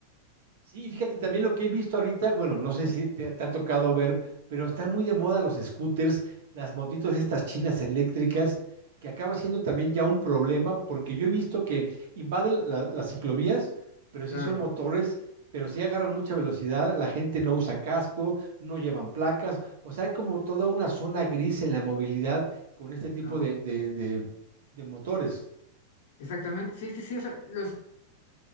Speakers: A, on the right (about 60°); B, on the left (about 55°).
A: Sí, fíjate también lo que he visto ahorita, bueno, no sé si te, te ha tocado ver, pero están muy de moda los scooters, las motitos estas chinas eléctricas, que acaba siendo también ya un problema, porque yo he visto que invaden la- las ciclovías, pero
B: claro.
A: sí son motores, pero sí agarran mucha velocidad, la gente no usa casco, no llevan placas, o sea, hay como toda una zona gris en la movilidad con este tipo
B: ahora.
A: de, de, de, de motores.
B: Exactamente, sí, sí, sí, o sea, los